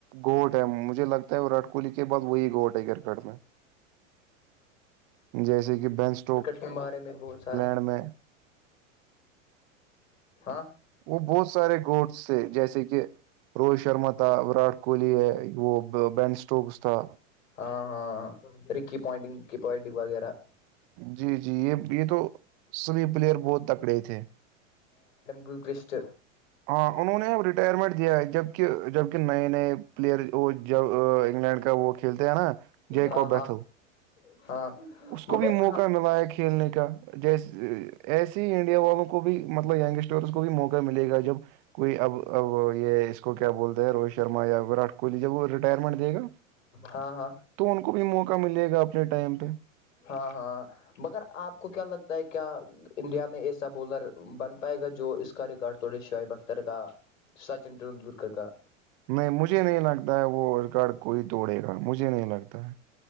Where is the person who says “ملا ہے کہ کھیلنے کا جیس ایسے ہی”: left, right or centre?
Right